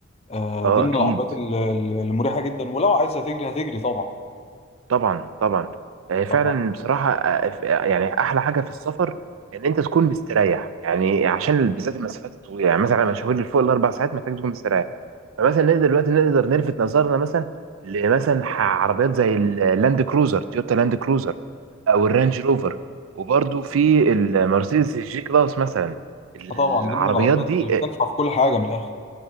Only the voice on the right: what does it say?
اه
اكيد
طبعا طبعا آه،
فعلا بصراحه آه، آه، ف- آه، يعني احلى حاجه في السفر ان انت تكون مستريح يعني عشان بالذات المسافات الطويله يعني مثلا المشاوير اللي فوق الاربع ساعات محتاج تكون مستريح فمثلا نقدر دلوقتي نقدر نلفت نظرنا مثلا لمثلا ح- عربيات زي اللاند كروزر تويوتا لاند كروزر او الرانج روفر وبرده في المرسيدس الجي كلاس مثلا العربيات
دي
آه،